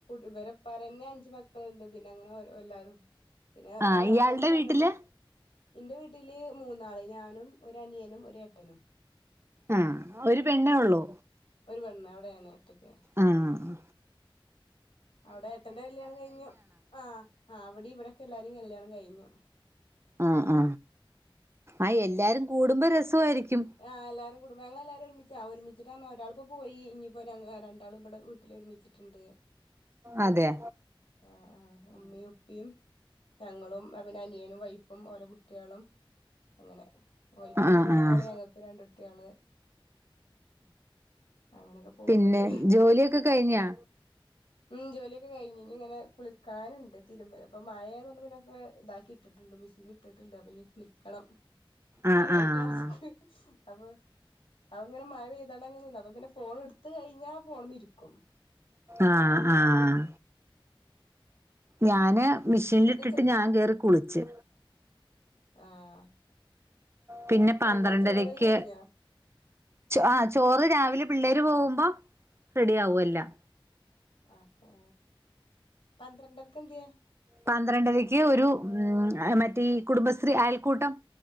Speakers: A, on the left; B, on the right.
A: ഇവര്പ്പാരന്നെ അഞ്ചു മക്കളുണ്ട് പിന്നെ അങ്ങനെ എല്ലാരും പിന്നെ
B: ആഹ് ഇയാളുടെ
A: രണ്ട് പെങ്ങമ്മ
B: വീട്ടില്
A: ഇന്റെ വീട്ടില് മൂന്നാള് ഞാനും ഒരു അനിയനും ഒരെട്ടനും
B: ആഹ് ഒരു പെണ്ണേ ഒള്ളൂ
A: ഒരു പെണ്ണ് അവിടെനെ ഒറ്റക്ക്
B: ആഹ് അഹ്
A: അവിടെ ഏട്ടന്റെ കല്യാണം കഴിഞ്ഞു ആന് ആഹ് അവിടെ ഇവിടെക്കെ എല്ലാരും കല്യാണം കഴിഞ്ഞു
B: ആഹ് ആഹ് എല്ലാരും കൂടുമ്പോ രസയിരിക്കും
A: ആഹ് എല്ലാരും കുടുംബങ്ങള എല്ലാരും ഒരുമിച്ച ആ ഒരുമിച്ചിട്ടന്ന ഒരാള ഇപ്പോ പോയി ഇനിയിപ്പോ രണ്ടാളും ഇവിടെ വീട്ടിൽണ്ട് ത്ത്ട്ട്ണ്ട്
B: അതെ
A: ആഹ് ആഹ് ഉമ്മയും ഉപ്പിയും ഞങ്ങളും അഹ് വിന്നെ അനിയനും വൈഫും ഓരോ കുട്ടിയളും അങ്ങനെ ഓൽക്ക്
B: ആഹ്
A: രണ്ട് കുട്ട്
B: ആഹ്
A: ക്ക് രണ്ടുട്ടിയള് അങ്ങനൊ പോവുന്നുണ്ട്
B: പിന്നെ ജോലിയൊക്കെ കഴിഞ്ഞാ
A: ഉം ജോലിയൊക്കെ കഴിഞ്ഞ് ഇനി ഇങ്ങനെ കുളിക്കാനുണ്ട് തിരുമ്പ അപ്പ മഴയന്ന് പിന്നെക്കെ ഇതാക്കി ഇട്ടിട്ട്ണ്ട് മിഷീൻ ഇട്ടിട്ടുണ്ട് അപ്പൊ ഇഞ്ഞ് കുളിക്കണം
B: ആഹ്
A: അതാണ്
B: ആഹ്
A: ടാസ് അപ്പൊ അപ്പങ്ങന മഴ പെയ്താണ്ട് അങ്ങന നിന്ന അപ്പൊ പിന്നെ ഫോൺ എടുത്ത് കഴിഞ്ഞാ പിന്നെ ഫോൺ മ്മലിരിക്കും
B: ആഹ് ആഹ്
A: ആഹ്
B: ഞാന് മെഷീനിലിട്ടിട്ട്
A: എന്നിട്ട് ചെ
B: ഞാൻ കയറി കുളിച്ചു
A: ആഹ്
B: പിന്നെ പന്ത്രണ്ടരക്ക്
A: എന്നാ ചോറെയി കഴിഞ്ഞോ
B: അഹ് ചോറ് രാവിലെ പിള്ളേര് പോകുമ്പോ റെഡി ആവു എല്ലാം
A: ഒക്കെ പന്ത്രണ്ടർക്ക് എന്ത്യേ
B: പന്ത്രണ്ടരേക്ക് ഒരു ഉം മറ്റേ കുടുംബശ്രീ അയൽക്കൂട്ടം